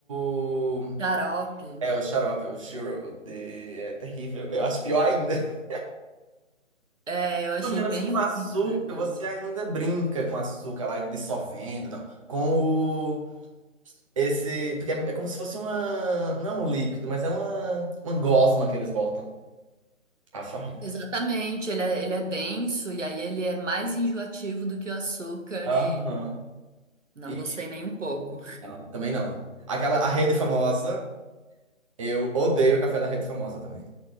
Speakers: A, on the right (about 25°); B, on the right (about 65°).
A: o.
B: Xarope.
A: É, o xarope, o shiro. de- É terrível. Eu acho pior ainda. <laughs>
B: É, eu achei
A: Pelo menos
B: bem
A: com açúcar,
B: ruim, na verdade.
A: você ainda brinca com açúcar lá dissolvendo, não. Com o. Esse. Porque é, é como se fosse uma. Não é um líquido, mas é uma. Uma gosma que eles botam. Acho horrível.
B: Exatamente, ele é, ele é denso e aí ele é mais enjoativo do que o açúcar
A: Aham.
B: e não
A: E.
B: gostei nem um pouco.
A: Não, também não. Aquela. A rede famosa. Eu odeio o café da rede famosa também.